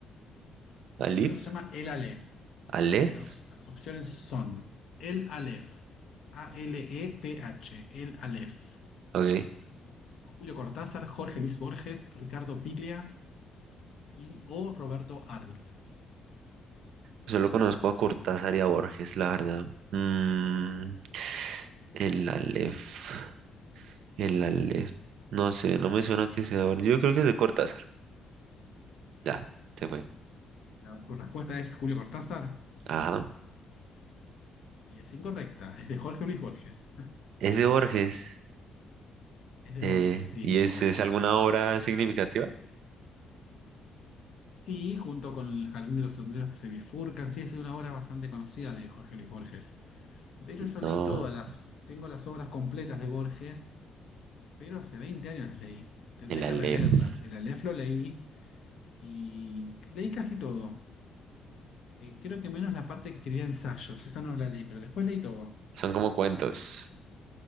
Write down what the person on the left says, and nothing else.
El libro se llama El Aleph
y los, las opciones son El Aleph, A-L-E-P-H, El Aleph,
Julio Cortázar, Jorge Luis Borges, Ricardo Piglia y o Roberto Arlt.
La, tu respuesta es Julio Cortázar
y es incorrecta, es de Jorge Luis Borges.
Es de
Borges, sí,
El Aleph.
Sí, junto con El Jardín de los Senderos que se bifurcan, sí, es una obra bastante conocida de Jorge Luis Borges. De hecho, yo
leí todas las, tengo las obras completas de Borges pero hace 20 años las leí. Tendría
que releerlas. El Aleph lo leí y leí casi todo. Eh, creo que menos la parte que quería ensayos, esa no la leí, pero después leí todo.